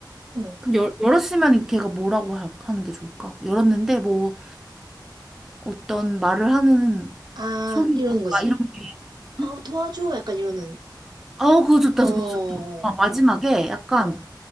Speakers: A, on the right; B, in the centre.
A: 어,
B: 그럼 열, 열었으면 걔가 뭐라고 하, 는게 좋을까? 열었는데 뭐 어떤 말을 하는
A: 아,
B: 소리가
A: 이러는 거지.
B: 이런 게
A: 아,
B: 응?
A: 도와줘. 약간 이러는.
B: 아우 그거 좋다
A: 어,
B: 그거
A: 어,
B: 좋다 아, 마지막에 약간
A: 어,